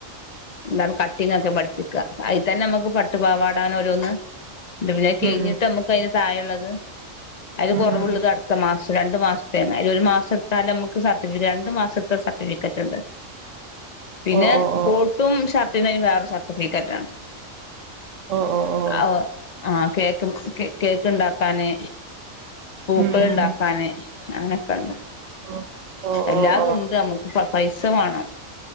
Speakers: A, on the left; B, on the right.
A: എന്താണ് കട്ടിങ് ഒക്കെ പഠിപ്പിക്ക അയ്ൽ തന്നെ നമുക്ക് പട്ടുപാവാട ണ് ഓരോന്ന് പിന്നെ അത് കഴിഞ്ഞിട്ട്
B: ഉം ഉം
A: നമുക്ക് അതിന് താഴെള്ളത് അതില്
B: ഉം
A: കുറവുള്ളതട്
B: ഉം
A: ഇ മാസം രണ്ടു മാസത്തേ ആണ് ഒരു മാസം എട്ത്താലും നമുക്ക് സർട്ടിഫറ്റ് രണ്ടു മാസത്തെ സർട്ടിഫിക്കറ്റ്ണ്ട്, പിന്നെ
B: ഓ ഓ ഓ
A: കോട്ടും ഷർറ്റിനെയ്ന് വേറെ സർട്ടിഫിക്കറ്റാണ്
B: ഓഹ് ഓഹ് ഓഹ്,
A: ആ് ഹകേക്ക് കേക്ക് ഉണ്ടാക്കാന്, പൂക്കൾ
B: ഉം ഉം
A: ഉണ്ടാക്കാനെ അങ്ങനൊക്കെണ്ട്
B: ഉം ഓ
A: എല്ലാതും
B: ഓ ഓ ഓ
A: ഉണ്ട് നമ്മക്ക്, പൈസ വേണം